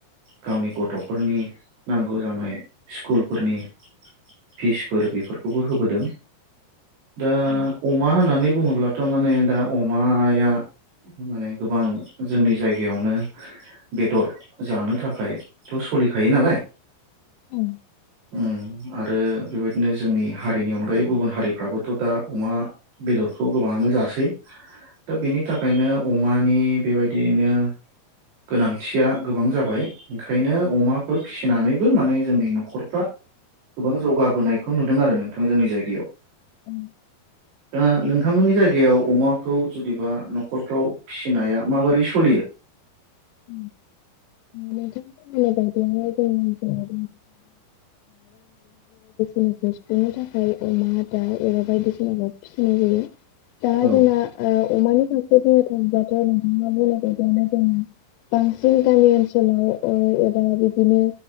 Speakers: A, on the right; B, on the left.
A: गावनि गथ'फोरनि नांगौ जानाय स्कुलफोरनि फिसफोर बेफोरखौबो होबोदों दा
B: औ
A: अमा होननानै बुङोब्ला। थ' माने दा अमाया। माने गोबां जोंनि जायगायावनो बेदर जानो थाखायथ'। सोलिखायो नालाय।
B: उम।
A: उम आरो बेबायदिनो जोंनि हारिनि अनगायै गुबुन हारिफ्राबोथ' दा अमा बेदरखौ गोबां जासै दा बिनि थाखायनो अमानि बेबायदिनो गोनांथिया गोबां जाबाय ओंखायनो अमाफोर फिसि फिसिनानैबो माने जोंनि न'खरफ्रा गोबां जौगाबोनायखौ नुदों आरो नोंथां जोंनि जायगायाव।
B: औ
A: दा नोंथांमोननि जायगायाव जायगायाव अमाखौ जुदिबा न'खरफ्राव फिसिनाया माबोरै सलियो?
B: <inaudible> राङारि आंखाल बायदिसिनाखौ सुफुंनो थाखाय अमा, दाउ एबा बायदिसिनाखौ फिसिनाय जायो। दा
A: औ
B: जोंना अमानि फारसे बुंनो थाङोबाथ' नोंथांआ बुंनाय बायदियानो जों बांसिन गामि ओनसोलाव एबा बिदिनो